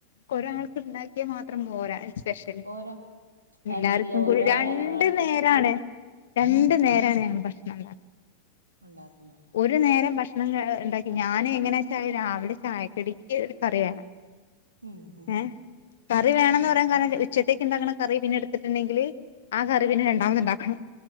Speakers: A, on the left (about 60°); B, on the right (about 75°).
A: ഒരാരാൾക്ക് ഉണ്ടാക്കിയാൽ മാത്രം പോരാ സ്പെഷ്യല്
B: പോരാ ആ
A: എല്ലാർക്കും
B: വീട്ടിൽ ഓരോ
A: കൂടി രണ്ട്‌
B: ആൾക്കും
A: നേരാണ് രണ്ടു നേരാണ് ഞങ്ങള് ഭക്ഷണം
B: ഉണ്ടാക്കുന്ന
A: ഒരു നേരം ഭക്ഷണം ഉണ്ടാക്കി ഞാൻ എങ്ങനെയാചാല് രാവിലെ ചായക്കടിക്ക് കറി വേണം
B: ഉം ഹ് ഹ്
A: ഏഹ് കറി വേണന്ന് പറയാൻ കാരണം ഉച്ചത്തേക്ക് ഉണ്ടാക്കണ കറി പിന്നെ എടുത്തിട്ടുണ്ടെങ്കിൽ ആ കറി പിന്നെ രണ്ടാമത് ഉണ്ടാക്കണം